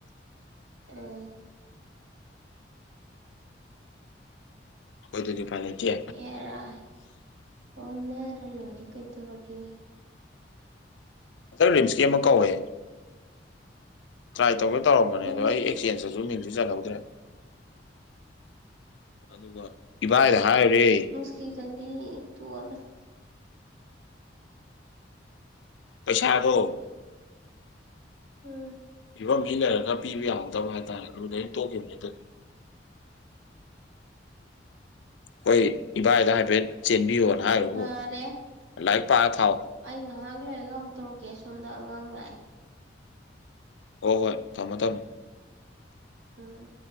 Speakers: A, on the right (about 80°); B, on the left (about 85°).
A: ꯎꯝ
B: ꯍꯣꯏ ꯗꯨꯗꯤ ꯎꯄꯥꯏ ꯂꯩꯇꯦ
A: ꯍꯦꯔꯥ ꯍꯣꯟꯅꯔ ꯂꯣꯏꯔꯦ ꯀꯩꯗꯧꯔꯒꯦ
B: ꯍꯟꯗꯛ ꯔꯤꯝꯁꯀꯤ ꯑꯃ ꯀꯧꯋꯦ ꯇ꯭ꯔꯥꯏ ꯇꯧꯒꯦ ꯇꯧꯔꯝꯕꯅꯦ
A: ꯔꯤꯝꯁꯀꯤ
B: ꯑꯗꯣ ꯑꯩ ꯑꯦꯛꯆꯦꯟꯖꯇꯖꯨ ꯃꯤꯡꯁꯨ ꯆꯜꯍꯧꯗ꯭ꯔꯦ ꯑꯗꯨꯒ ꯏꯕꯥꯏꯗ ꯍꯥꯏꯔꯨꯔꯦ
A: ꯐꯤꯒꯗꯤ ꯇꯨꯑꯣꯗ
B: ꯄꯩꯁꯥꯗꯣ
A: ꯎꯝ
B: <unintelligible> ꯄꯤꯕ ꯌꯥꯎꯗꯕ ꯍꯥꯏꯇꯥꯔꯦ ꯑꯗꯨꯗꯩ ꯇꯣꯛꯈꯤꯕꯅꯤ ꯍꯥꯏꯇ ꯑꯩꯈꯣꯏ ꯏꯕꯥꯏꯗ ꯍꯥꯏꯐꯦꯠ ꯆꯦꯟꯕꯤꯌꯣꯅ ꯍꯥꯏꯔꯕꯨ
A: ꯐꯔꯦ
B: ꯂꯥꯏꯔꯤꯛ ꯄꯥꯔ ꯊꯥꯎ
A: ꯑꯩ ꯉꯥꯏꯍꯥꯛ ꯂꯩꯏꯔꯒ ꯑꯃꯨꯛ ꯇꯧꯔꯛꯀꯦ ꯑꯁꯣꯝꯗ ꯑꯉꯥꯡ ꯂꯥꯛꯑꯦ
B: ꯍꯣ ꯍꯣꯏ ꯊꯝꯃꯣ ꯊꯝꯃꯣ
A: ꯎꯝ